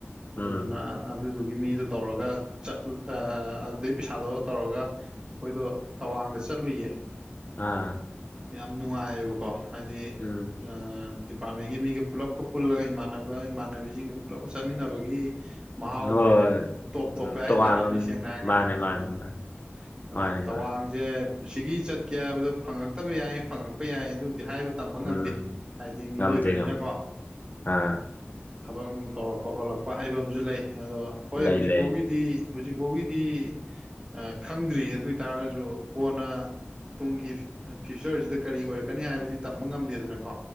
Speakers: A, on the left; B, on the right.
A: ꯎꯝ
B: ꯑꯗꯨꯗꯨꯅ ꯑꯗꯨꯗꯨꯒꯤ ꯃꯤꯗꯨ ꯇꯧꯔꯒꯠ ꯑꯗꯨꯗꯩ ꯄꯩꯁꯥꯗꯣ ꯇꯧꯔꯒ ꯑꯩꯈꯣꯏꯗꯣ ꯇꯋꯥꯡꯗ ꯆꯠꯂꯨꯏꯌꯦ
A: ꯑꯥ
B: ꯌꯥꯝ ꯅꯨꯡꯉꯥꯏꯌꯦꯕꯀꯣ ꯍꯥꯏꯗꯤ
A: ꯎꯝ
B: ꯑꯥ ꯗꯤꯄꯥꯔꯠꯃꯦꯟꯒꯤ ꯃꯤꯒ ꯄꯨꯜꯂꯞꯀ ꯄꯨꯜꯂꯒ ꯏꯃꯥꯟꯅꯕ ꯏꯃꯥꯟꯅꯕꯤꯖꯤꯡꯒ ꯄꯨꯂꯞ ꯆꯥꯃꯤꯟꯅꯕꯒꯤ ꯃꯍꯥꯎꯖꯦ
A: ꯍꯣꯏ
B: ꯇꯣꯞ
A: ꯎꯝ
B: ꯇꯣꯞꯄꯦ ꯍꯥꯏꯇꯥꯔꯦꯅꯦ
A: ꯇꯣꯉꯥꯟꯕ ꯑꯝ
B: ꯁꯦꯡꯅ ꯍꯥꯏꯔ ꯀꯥꯟꯗ
A: ꯃꯥꯅꯦ ꯃꯥꯅꯦ
B: ꯑꯥ
A: ꯃꯥꯅꯦ
B: ꯑꯥ
A: ꯃꯥꯅꯦ
B: ꯇꯋꯥꯡ
A: ꯃꯥꯅꯦ
B: ꯖꯦ ꯄꯨꯟꯁꯤꯒꯤ ꯆꯠꯀꯦ ꯍꯥꯏꯕꯗꯣ ꯐꯪꯉꯛꯇꯕ ꯌꯥꯏ ꯐꯪꯉꯛꯄ ꯌꯥꯏ ꯑꯗꯨꯝꯗꯤ ꯍꯥꯏꯕ ꯇꯝꯕ
A: ꯎꯝ
B: ꯉꯝꯗꯦ ꯍꯥꯏꯗꯤ ꯃꯤꯑꯣꯏꯕꯅꯤꯅꯀꯣ
A: ꯉꯝꯗꯦ ꯉꯝꯗꯦ ꯑꯥ
B: ꯊꯕꯛ ꯅꯨꯡ ꯇꯧꯔꯛꯄ ꯈꯣꯠꯂꯛꯄ ꯍꯥꯏꯕꯝꯖꯨ ꯂꯩ ꯑꯗꯣ ꯍꯣꯏ
A: ꯂꯩ
B: ꯍꯧꯖꯤꯛꯐꯥꯎꯒꯤꯗꯤ
A: ꯂꯩ
B: ꯍꯧꯖꯤꯛꯐꯥꯎꯒꯤꯗꯤ ꯑꯥ ꯈꯪꯗ꯭ꯔꯤ ꯑꯗꯨ ꯑꯣꯏ ꯇꯔꯒꯁꯨ ꯀꯣꯟꯅ ꯇꯨꯡꯒꯤ ꯐ꯭ꯌꯨꯆꯔꯖꯤꯗ ꯀꯔꯤ ꯑꯣꯏꯔꯛꯀꯅꯤ ꯍꯥꯏꯕꯗꯤ ꯇꯝꯕ ꯉꯝꯗꯦꯗꯅꯀꯣ